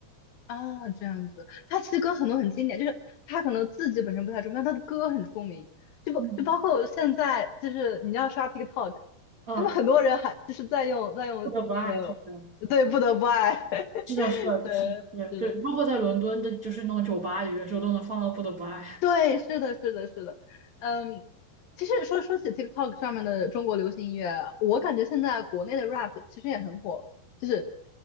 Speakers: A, on the left; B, on the right.
A: 啊，这样子。他其实歌很多很经典，就是他可能自己本身不太出名，但他的歌很出名。就不就包括现在，
B: 嗯
A: 就是你要刷 TikTok，
B: 嗯，
A: 他们很多人还就是在用在用那个，
B: 不得不爱是这样，
A: 对，不得不爱，<laughs>
B: 是的，是的，
A: 对，
B: 是的，对对，
A: 是的。
B: 包括在伦敦的，就是那种酒吧，有些时候都能放到《不得不爱》。
A: <laughs> 对，是的，是的，是的，嗯，其实说说起 TikTok 上面的中国流行音乐，我感觉现在国内的 rap 其实也很火，就是